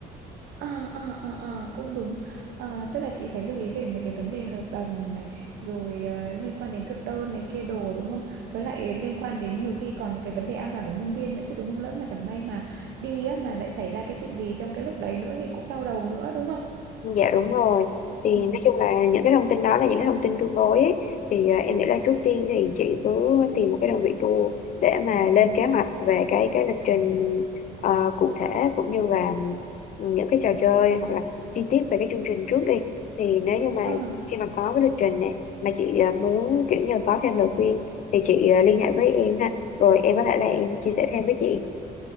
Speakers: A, on the right; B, on the left.
A: ờ, ờ, ờ, ờ, cũng đúng. Ờ, tức là chị phải lưu ý về mấy cái vấn đề hợp đồng này, rồi ờ, liên quan đến thực đơn này kia đồ đúng không? Với lại liên quan đến nhiều khi còn cái vấn đề an toàn của nhân viên nữa chứ đúng không? Lỡ mà chẳng may mà đi á, mà lại xảy ra cái chuyện gì trong cái lúc đấy nữa thì cũng đau đầu nữa đúng không?
B: Dạ đúng rồi. Thì
A: Ừ.
B: nói chung là những cái thông tin đó là những cái thông tin tương đối ấy. Thì à, em nghĩ là trước tiên thì chị cứ tìm một cái đơn vị tour để mà lên kế hoạch về cái cái lịch trình ờ, cụ thể cũng như là những cái trò chơi hoặc là chi tiết về cái chương trình trước đi. Thì nếu như mà
A: ờ.
B: khi mà có cái lịch trình này mà chị à, muốn kiểu như là có thêm lời khuyên thì chị à, liên hệ với em ha. Rồi em có thể là em chia sẻ thêm với chị.